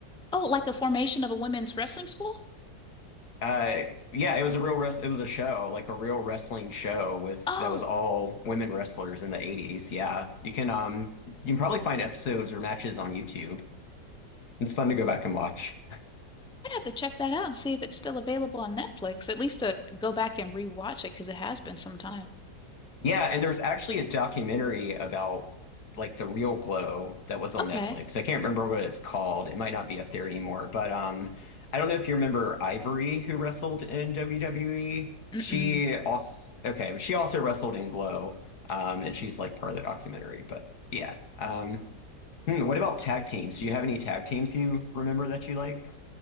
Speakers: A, in the centre; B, on the left (about 70°).
A: Oh, like a formation of a women's wrestling school?
B: Uh yeah, it was a real res it was a show, like a real wrestling show with
A: Oh,
B: that was all women wrestlers in the 80s. Yeah. You can um you can probably find episodes or matches on YouTube. It's fun to go back and watch.
A: I'd have to check that out and see if it's still available on Netflix. At least to go back and rewatch it because it has been some time.
B: Yeah, and there's actually a documentary about like the real glow that was on
A: Okay.
B: Netflix. I can't remember what it's called. It might not be up there anymore, but um I don't know if you remember Ivory who wrestled in WWE.
A: Mm-mm.
B: She also okay, she also wrestled in Glow. Um and she's like part of the documentary, but yeah. Um hmm, what about tag teams? Do you have any tag teams you remember that you like?